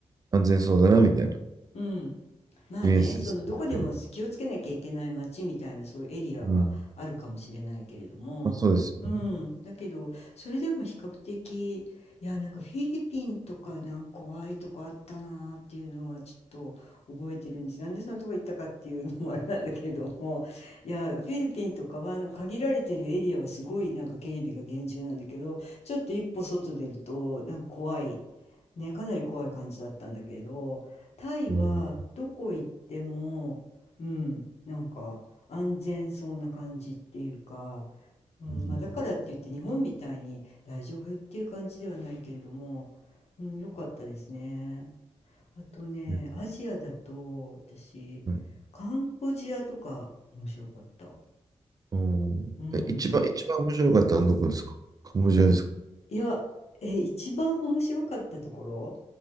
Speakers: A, on the right; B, on the left.
A: 安全そうだな、みたいな
B: うん。まあね、
A: イメージですけど。
B: そのどこでも気をつけなきゃいけない街みたいなそういうエリアはあるかもしれないけれども、
A: うん。まあ、そうですよね。
B: うん、だけどそれでも比較的いやなんかフィリピンとかなんか怖いとこあったなーっていうのはちょっと覚えてるんです。なんでそんなとこ行ったかっていうのもあれなんだけれども、いやフィリピンとかはなんか限られてるエリアはすごいなんか警備が厳重なんだけど、ちょっと一歩外出るとなんか怖い。ね、かなり怖い感じだったんだけど、タイはどこ行っても、
A: えー
B: うん、なんか安全そうな感じっていうか、うんまあ、
A: うん。
B: だからって言って日本みたいに大丈夫っていう感じではないけれども、うん、良かったですね。あとね、
A: うん
B: アジアだと私、
A: はい
B: カンボジアとか面白かった。
A: うん。
B: うん。
A: え一番、一番面白かったのはどこですかカンボジアですか
B: いや、え、一番面白かったところ、